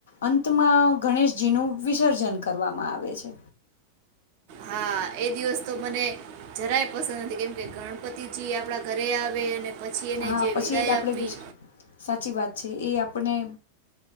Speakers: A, on the left; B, on the right.
A: અંતમાં ગણેશજી નું વિસર્જન કરવામાં આવે છે.
B: હા, એ દિવસ તો મને જરાય પસંદ નથી કેમકે ગણપતિજી આપડા ઘરે આવે અને પછી એને
A: હા,
B: જે
A: પછી
B: વિદાય
A: એ જ આપડે
B: આપવી
A: વિશ્ સાચી વાત છે એ આપ આપણે